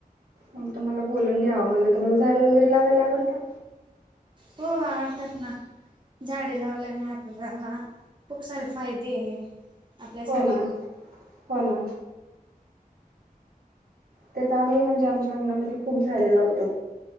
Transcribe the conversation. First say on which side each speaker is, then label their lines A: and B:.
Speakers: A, on the right (about 75°); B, on the right (about 30°).
A: मग तुम्हाला बोलून घ्याव म्हटलं तुम्हाला झाडे वगैरे लावायला आवडतात.
B: हो आवडतात ना. झाडे लावल्याने आपल्याला खूप सारे फायदे आपल्यासाठी
A: हो ना हो ना. त्यात आम्ही म्हणजे आमच्या अंगणामध्ये खूप झाडे लावतात.